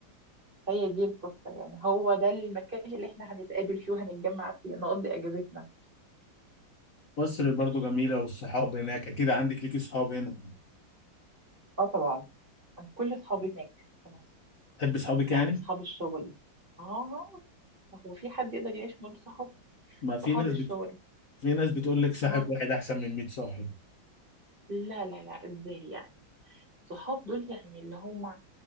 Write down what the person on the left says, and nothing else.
مصر برضو جميلة والصحاب هناك اكيد عندك ليكي صحاب هنا
تحب صحابك
يعني؟
ما
في ناس
بت... في ناس بتقول لك صاحب
واحد احسن من 100 صاحب